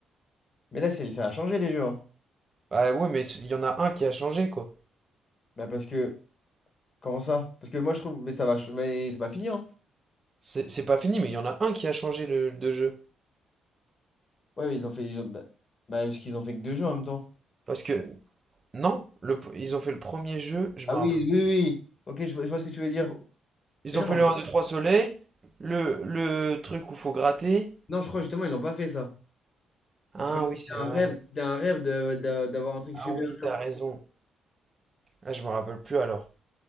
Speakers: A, on the left (about 40°); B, on the right (about 30°).
A: Mais là, c'est- ça a changé les jeux. hein.
B: Ah ouais, mais il y en a un qui a changé, quoi.
A: Bah, parce que Comment ça? Parce que moi je trouve. Mais ça va. ch- Mais c'est pas fini, hein?
B: C'est c'est pas fini, mais il y en a un qui a changé le, de jeu.
A: Ouais, mais ils ont fait. ils ont- Bah, bah, parce qu'ils ont fait que deux jeux en même temps.
B: Parce que, non, le, ils ont fait le premier jeu, je
A: Ah
B: me rappelle
A: oui,
B: plus.
A: oui, oui. oui. Ok, je vois, je vois ce que tu veux dire.
B: Ils
A: Mais non.
B: ont fait le un 2 3 soleil, le, le truc où faut gratter.
A: Non, je crois justement, ils l'ont pas fait ça. Parce
B: Ah
A: que c'était
B: oui, c'est
A: un
B: vrai.
A: rêve, c'était un rêve de, de- d'avoir un truc
B: Ah
A: super
B: oui,
A: dur.
B: t'as raison. Ah, je me rappelle plus alors.